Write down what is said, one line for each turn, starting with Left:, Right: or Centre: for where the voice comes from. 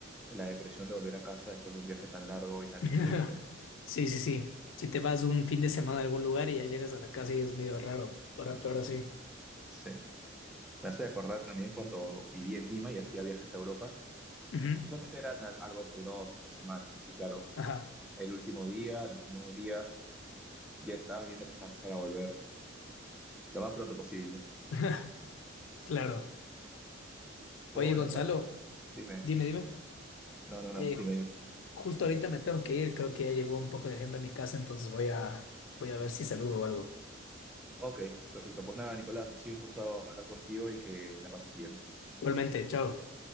Centre: la depresión de volver a casa después de un viaje tan largo y tan
Left: <laughs>
Centre: diferente.
Left: Sí, sí, sí. Si te vas un fin de semana a algún lugar y ya llegas a la casa y es medio raro. Ahora peor así.
Centre: Sí, me hace acordar también cuando vivía en Lima y hacía viajes a Europa.
Left: Ujú.
Centre: Usualmente eran al- algo entre dos a tres semanas. Y claro,
Left: Ajá.
Centre: el último día, los últimos dos días, ya estabas viendo pasajes para volver lo más pronto posible.
Left: <laughs> Claro.
Centre: Pero
Left: Oye,
Centre: bueno,
Left: Gonzalo,
Centre: par- dime.
Left: dime, dime.
Centre: No, no, no,
Left: Eh,
Centre: dime, dime.
Left: Justo ahorita me tengo que ir, creo que ya llegó un poco de gente a mi casa, entonces voy a, voy a ver si saludo o algo.
Centre: Ok, perfecto. Pues nada, Nicolás, ha sido un gusto hablar contigo y que la pases bien.
Left: Igualmente, chao.